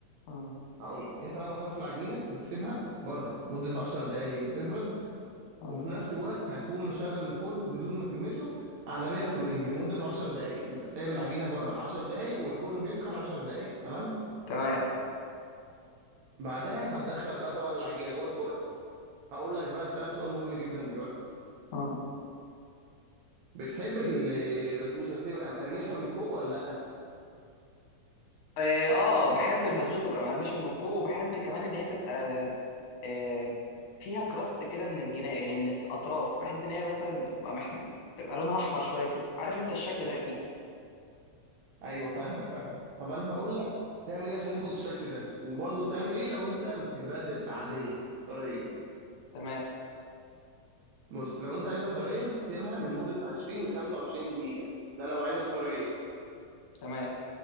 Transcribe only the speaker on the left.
مم.
مم.
تمام
مم.
إيه؟
اه آه، بحب البسبوسه تبقى مقرمشه من فوق وبحب كمان ان هي تبقى آه، فيها كراست كده من الجناب يعني من الاطراف بحيث ان هي مثلا بتبقى مح... بتبقى لونها احمر شويه كده عارف انت الشكل ده اكيد
تمام
تمام